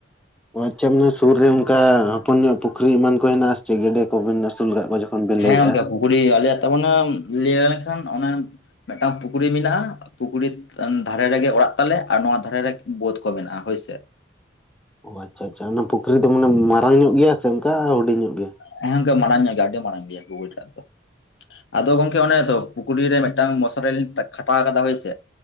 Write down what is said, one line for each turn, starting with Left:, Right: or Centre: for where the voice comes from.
Centre: ᱚ ᱟᱪᱪᱷᱟ ᱢᱟᱱᱮ ᱥᱩᱨ ᱨᱮ ᱚᱱᱠᱟ ᱦᱚᱯᱚᱱ ᱧᱚᱜ ᱯᱩᱠᱷᱨᱤ ᱮᱢᱟᱱ ᱠᱚ ᱦᱮᱱᱟᱜᱼᱟ ᱥᱮ ᱪᱮ ᱜᱮᱰᱮ ᱠᱚ ᱵᱤᱱ ᱟᱹᱥᱩᱞ ᱟᱠᱟᱫ ᱠᱚᱣᱟ ᱡᱚᱠᱷᱚᱱ ᱵᱤᱱ
Left: ᱦᱮᱸ
Centre: ᱞᱟᱹᱭᱮᱜᱼᱟ
Left: ᱜᱚᱝᱠᱮ ᱯᱩᱠᱷᱨᱤ ᱟᱞᱮᱭᱟᱜ ᱛᱟ ᱢᱟᱱᱮ ᱞᱟᱹᱭ ᱞᱮᱱᱠᱷᱟᱱ ᱚᱱᱟ ᱢᱤᱫᱴᱟᱝ ᱯᱩᱠᱷᱨᱤ ᱢᱮᱱᱟᱜᱼᱟ ᱯᱩᱠᱷᱨᱤ ᱫᱷᱟᱨᱮ ᱨᱮᱜᱮ ᱚᱲᱟᱜ ᱛᱟᱞᱮ ᱟᱨ ᱱᱚᱣᱟ ᱫᱷᱟᱨᱮ ᱨᱮ ᱵᱟᱹᱫᱽ ᱠᱚ ᱢᱮᱱᱟᱜᱼᱟ ᱦᱳᱭ ᱥᱮ
Centre: ᱚ ᱟᱪᱪᱷᱟ ᱟᱪᱪᱷᱟ ᱚᱱᱟ ᱯᱩᱠᱷᱨᱤ ᱫᱚ ᱢᱟᱱᱮ ᱢᱟᱨᱟᱝ ᱧᱚᱜ ᱜᱮᱭᱟ ᱥᱮ ᱚᱱᱠᱟ ᱦᱩᱰᱤᱧ ᱧᱚᱜ ᱜᱮᱭᱟ᱾
Left: ᱦᱮ ᱜᱚᱝᱠᱮ ᱢᱟᱲᱟᱝ ᱧᱚᱜ ᱜᱮᱭᱟ ᱟᱹᱰᱤ ᱢᱟᱲᱟᱝ ᱜᱮᱭᱟ ᱯᱩᱠᱷᱨᱤ ᱴᱟᱜ ᱫᱚ ᱟᱫᱚ ᱜᱚᱝᱠᱮ ᱚᱱᱮ ᱛᱚ ᱯᱩᱠᱷᱨᱤ ᱨᱮ ᱢᱤᱫᱴᱟᱝ ᱢᱚᱥᱟᱨᱤ ᱞᱤᱧ ᱠᱷᱟᱴᱟᱣ ᱟᱠᱟᱫᱟ ᱦᱳᱭ ᱥᱮ